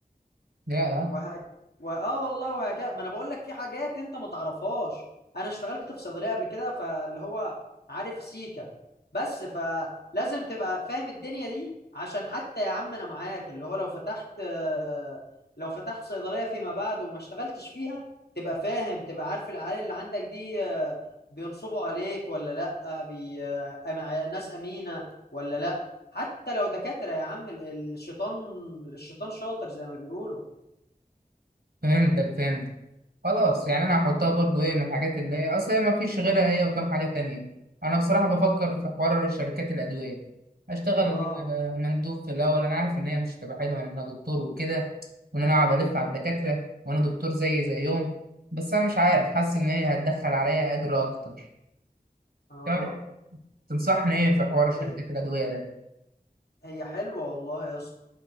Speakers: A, on the right; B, on the left.
A: يا
B: وهك... و... اه والله وهكذا ما انا بقول لك في حاجات انت ما تعرفهاش انا اشتغلت في صيدليه قبل كده فاللي هو عارف سيكا بس فلازم تبقى فاهم الدنيا دي عشان حتى يا عم انا معاك اللي هو لو فتحت آه، لو فتحت صيدليه فيما بعد وما اشتغلتش فيها تبقى فاهم تبقى عارف العيال اللي عندك دي آه، بينصبوا عليك ولا لا بي... آه، أم- ناس امينه ولا لا حتى لو دكاتره يا عم ال- الشيطان الشيطان شاطر زي ما بيقولوا
A: فهمتك فهمتك خلاص يعني انا هحطها برضو ايه من الحاجات اللي هي اصل هي ما فيش غيرها هي وكم حاجة تانية انا بصراحة بفكر في حوار شركات الادوية اشتغل
B: اه
A: آه، مندوب في الاول انا عارف ان هي مش هتبقى حلوة ان انا دكتور وكده وان انا اقعد الف على الدكاترة وانا دكتور زي زيهم بس انا مش عارف حاسس ان هي هتدخل عليا اجر اكتر
B: اه
A: تعرف تنصحني ايه في حوار شركات
B: هي
A: الادوية ده
B: هي حلوة والله يا اسطى